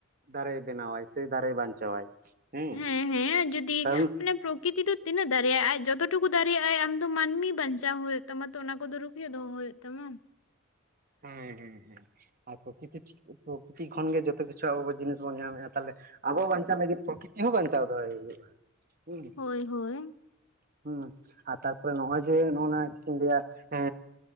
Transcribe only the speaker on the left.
ᱦᱮᱸᱻᱦᱮᱸ ᱡᱩᱫᱤ
ᱢᱟᱱᱮ ᱯᱨᱚᱠᱤᱛᱤ ᱫᱚ ᱛᱤᱱᱟᱹᱜ ᱫᱟᱲᱮᱭᱟᱜᱼᱟ ᱟᱡ ᱡᱚᱛᱚᱴᱩᱠᱩ ᱫᱟᱲᱮᱭᱟᱜ ᱟᱭ ᱟᱢᱫᱚ ᱢᱟᱹᱱᱢᱤ ᱵᱟᱧᱪᱟᱣ ᱦᱩᱭᱩᱜ ᱛᱟᱢᱟ ᱛᱚ ᱚᱱᱟ ᱠᱚᱫᱚ ᱨᱩᱠᱷᱭᱟᱹ ᱫᱚᱦᱚ ᱦᱩᱭᱩᱜ ᱛᱟᱢᱟ
ᱦᱳᱭ ᱦᱳᱭ